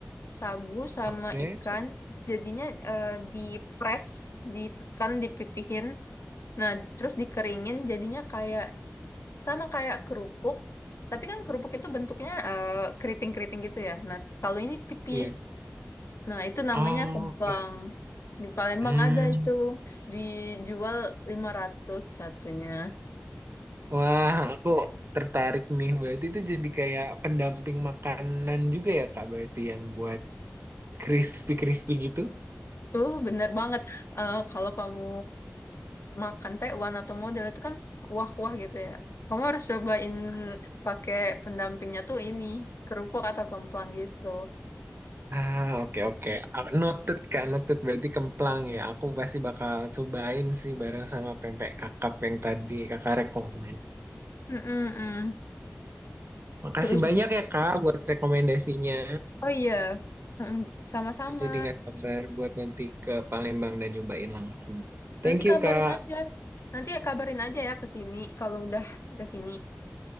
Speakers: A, on the left; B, on the right.
A: sagu sama
B: Oke.
A: ikan. Jadinya eh, dipres, ditekan, dipipihin. Nah, terus dikeringin. Jadinya kayak sama kayak kerupuk. Tapi kan kerupuk itu bentuknya eh, keriting-keriting gitu ya. Nah, kalau ini pipih.
B: Iya.
A: Nah, itu namanya
B: Oh,
A: kemplang.
B: oke.
A: Di Palembang
B: Hmm.
A: ada itu. Dijual 500 satunya.
B: Wah, aku tertarik nih. Berarti itu jadi kayak pendamping makanan juga ya, Kak? Berarti yang buat crispy-crispy gitu?
A: Oh, bener banget. Eh, kalau kamu makan Taiwan atau model itu kan kuah-kuah gitu ya. Kamu harus cobain pakai pendampingnya tuh ini, kerupuk atau kemplang gitu.
B: Ah, oke oke. Ah, Noted Kak, noted berarti kemplang ya. Aku pasti bakal cobain sih bareng sama pempek kakap yang tadi Kakak rekomen.
A: Mm-mm-mm.
B: Makasih
A: Terus juga.
B: banyak ya Kak buat rekomendasinya.
A: Oh iya, Mm-mm. Sama-sama.
B: Aku jadi nggak sabar buat nanti ke Palembang dan nyobain langsung. Thank
A: Nanti
B: you
A: kabarin
B: Kak.
A: aja. Nanti ya kabarin aja ya ke sini kalau udah ke sini.